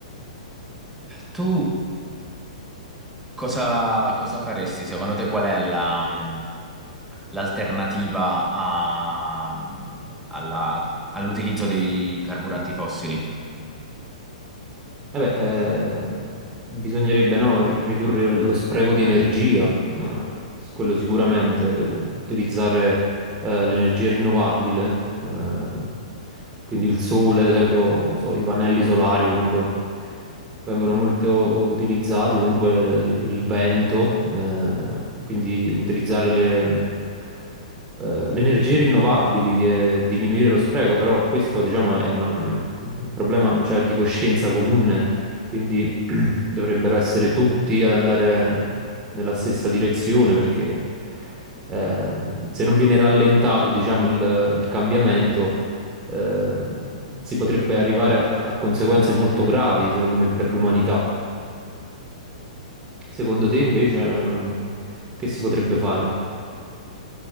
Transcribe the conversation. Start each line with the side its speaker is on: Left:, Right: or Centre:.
Centre: Tu cosa, cosa faresti? Secondo te qual è la, mh, l'alternativa a- mm, alla- all'utilizzo dei carburanti fossili?
Right: Vabbè, eh, bisognerebbe no, ri- ridurre lo spreco di energia, no? S- Quello sicuramente, eh, u- utilizzare eh, l'energia rinnovabile, eh, quindi il sole, ad esempio, non so, i pannelli solari comunque vengono molto utilizzati, comunque il il vento, eh, quindi utilizzare le, eh, le energie rinnovabili e diminuire lo spreco, però questo diciamo è una- un problema cioè, di coscienza comune quindi <clears throat> dovrebbero essere tutti ad andare nella stessa direzione perché ehm, se non viene rallentato, diciamo, il, il cambiamento, ehm, si potrebbe arrivare a a conseguenze molto gravi, secondo me, per l'umanità. Secondo te, invece, ehm, che si potrebbe fare?